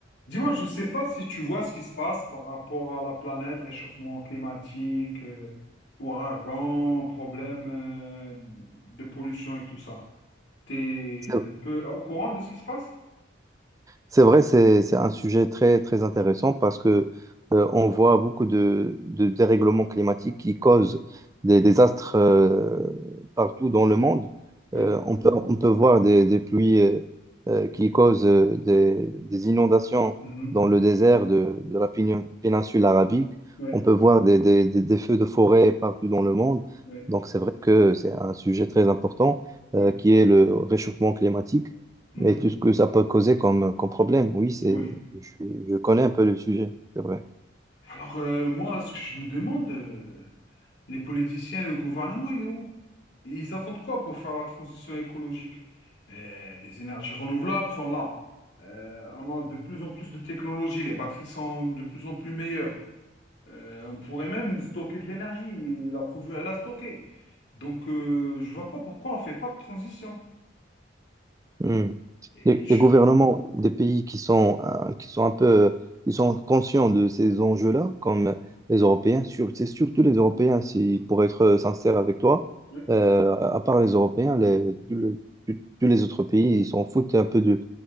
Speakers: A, on the left; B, on the right.
A: Dis-moi, je ne sais pas si tu vois ce qui se passe par rapport à la planète, réchauffement climatique, euh, ouragan, problème euh, de pollution et tout ça. Tu es
B: Ça-
A: un peu au courant de ce qui se passe?
B: C'est vrai, c'est, c'est un sujet très, très intéressant parce que euh, on voit beaucoup de, de dérèglements climatiques qui causent
A: Mm.
B: des désastres euh,
A: Mm.
B: partout dans le monde.
A: Oui.
B: Euh, on peut, on peut voir des, des pluies euh, euh,
A: Mm.
B: qui causent euh, des, des inondations
A: Mhm.
B: dans le désert de, de la pénin- péninsule arabique.
A: Oui.
B: On peut voir des, des, des, des feux de forêt partout dans le monde.
A: Oui.
B: Donc c'est vrai que c'est un sujet très important
A: Oui.
B: euh, qui est le réchauffement climatique.
A: Mhm.
B: Mais tout ce que ça peut causer comme, comme problème, oui, c'est,
A: Oui.
B: je, suis- je connais un peu le sujet, c'est vrai.
A: Alors, euh, moi, ce que je me demande, euh, les politiciens, le gouvernement, il est où? Ils attendent quoi pour faire la transition écologique? Euh, les énergies renouvelables sont là. Euh, on a de plus en plus de technologies, les batteries sont de plus en plus meilleures. Euh, on pourrait même stocker de l'énergie et la produire et la stocker. Donc, euh, je vois pas pourquoi on fait pas de transition.
B: Hmm.
A: Et
B: Les,
A: je...
B: les gouvernements des pays qui sont, euh, qui sont un peu, qui sont conscients de ces enjeux-là, comme
A: Mm,
B: les Européens, sur- c'est surtout
A: mm,
B: les Européens, si,
A: mm,
B: pour être sincère avec toi,
A: Oui,
B: euh, à part les Européens, les-
A: mm,
B: tout le- tout- tous les autres pays, ils s'en foutent un peu de,